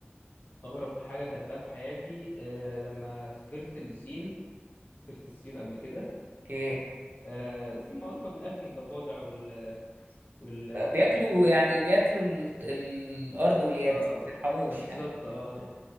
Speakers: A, on the left; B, on the right.
A: أغرب حاجة أكلتها في حياتي أه لما سافرت الصين سافرت الصين قبل كده
B: اوكي
A: أه الصين معروفة بالأكل الضفادع وال والسبايد
B: آه، بياكلوا يعني بياكلوا ال... الارض واليابس
A: اه
B: ما بيرحموش
A: ده بالظبط
B: يعني
A: اه يعني